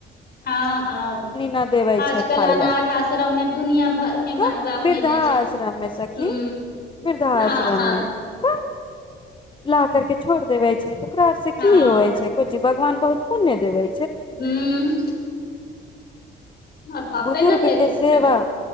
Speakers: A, on the left; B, on the left.
A: हँ हँ
B: न देवे
A: आजकल
B: छै खाय
A: अनाथ
B: ला
A: आश्रममे दुनिया भर के
B: तऽ
A: माय बाप
B: वृद्धाश्रम
A: मिलै छै
B: मे सखी
A: हू
B: वृद्धाश्रम
A: हँ हँ
B: मे तऽ ला करके छोड़ देबै छै तो ओकरा अर से
A: हँ
B: की होबै छै भगान बहुत पुण्य देबै
A: हूँ हमर पापे
B: बुजुर्ग
A: ने देथिन
B: के सेवा